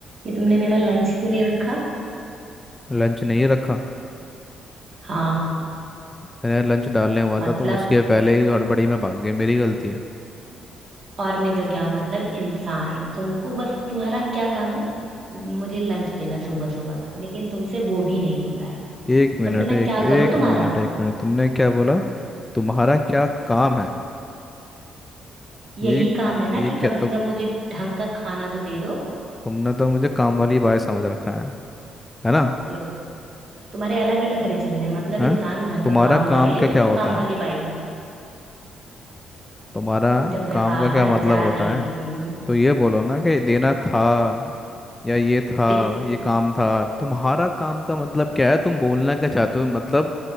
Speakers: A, on the right; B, on the left.
A: ये तुमने मेरा लंच क्यों नहीं रखा
B: Lunch नहीं रखा
A: हाँ
B: मैंने लंच डालने वाला
A: मतलब
B: था तुम उसके पहले ही हड़बड़ी में भाग गए मेरी गलती है
A: और नहीं तो क्या मतलब इंसान तुमको बस तुम्हारा क्या काम है मुझे लंच देना सुबह सुबह का लेकिन तुमसे वो भी नहीं होता है
B: एक मिनट
A: मतलब मैं
B: एक
A: क्या
B: एक
A: करूँ तुम्हारा
B: मिनट एक मिनट तुमने क्या बोला तुम्हारा क्या काम है
A: यही
B: ये
A: काम है ना
B: ये
A: कि
B: क्या
A: कम
B: तुम
A: से कम मुझे ढंग का खाना तो दे दो
B: तुमने तो मुझे काम वाली बाई समझ रखा है है ना
A: लो तुम्हारे अलग ही नखरे चल रहे हैं मतलब
B: हैं
A: इंसान घर
B: तुम्हारा
A: का काम
B: काम
A: कर
B: का
A: ले
B: क्या
A: तो तुम
B: होता
A: काम
B: है
A: वाली बाई
B: तुम्हारा
A: जब मैं
B: काम
A: बाहर
B: का क्या मतलब
A: जा
B: होता
A: रही
B: है
A: हूँ
B: तो ये बोलो ना कि देना था या ये था
A: दे-
B: ये काम था तुम्हारा काम का मतलब क्या है तुम बोलना क्या चाहते हो मतलब